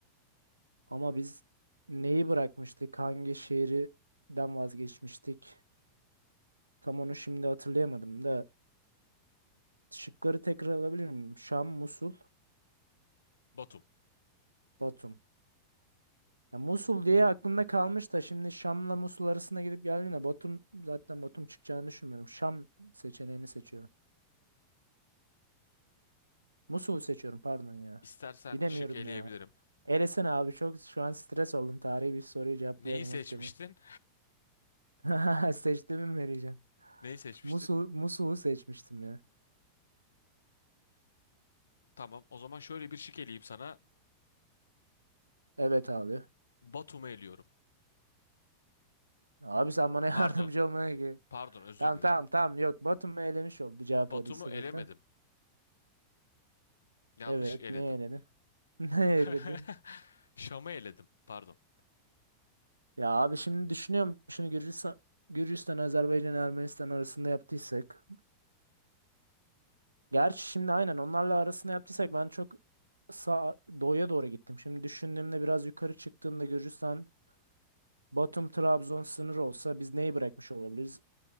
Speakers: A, on the right; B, on the left.
A: Ama biz neyi bırakmıştık? Hangi şehirden vazgeçmiştik? Tam onu şimdi hatırlayamadım da şıkları tekrar alabilir miyim? Şam, Musul,
B: Batum.
A: Batum. Ya Musul diye aklımda kalmış da şimdi Şam'la Musul arasında gidip geldiğinde Batum zaten Batum çıkacağını düşünmüyorum. Şam seçeneğini seçiyorum. Musul'u seçiyorum pardon ya.
B: İstersen
A: Bilemiyorum
B: şık eleyebilirim.
A: ya. Elesene abi çok şu an stres oldum. Tarihi bir soruyu cevaplayamamak
B: Neyi seçmiştin?
A: beni. <laughs> Seçtiğimi mi vereceğim?
B: <laughs> Neyi seçmiştin?
A: Musul, Musul'u seçmiştim ya.
B: Tamam, o zaman şöyle bir şık eleyeyim sana.
A: Evet abi.
B: Batum'u eliyorum.
A: Abi sen bana <laughs> yardımcı
B: Pardon,
A: olmaya ki.
B: pardon özür
A: Tamam
B: dilerim.
A: tamam tamam yok Batum'u elemiş oldu cevap
B: Batum'u
A: o değilse
B: elemedim.
A: zaten.
B: Yanlış
A: Evet
B: eledim.
A: niye eledin? <laughs> Ne eledin?
B: <laughs> Şam'ı eledim, pardon.
A: Ya abi şimdi düşünüyorum şunu Gürcistan, Gürcistan, Azerbaycan, Ermenistan arasında yaptıysak. Gerçi şimdi aynen onlarla arasında yaptıysak ben çok sağ, doğuya doğru gittim. Şimdi düşündüğümde biraz yukarı çıktığımda Gürcistan, Batum, Trabzon sınırı olsa biz neyi bırakmış olabiliriz?